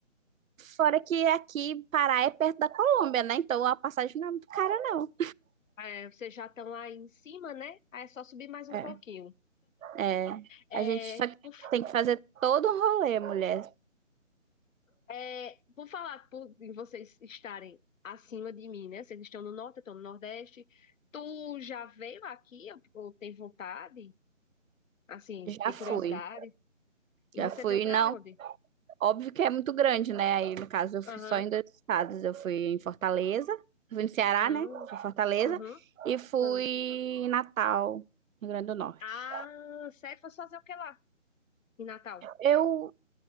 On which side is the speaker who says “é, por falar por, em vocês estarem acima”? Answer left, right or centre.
Left